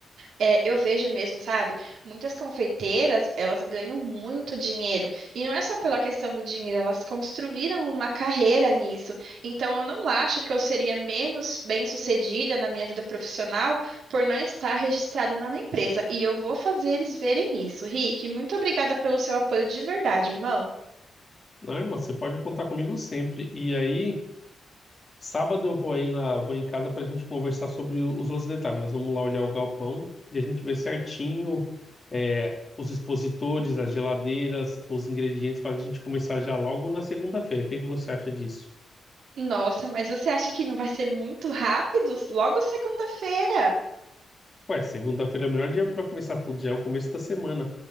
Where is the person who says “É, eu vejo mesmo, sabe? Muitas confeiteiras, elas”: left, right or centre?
Right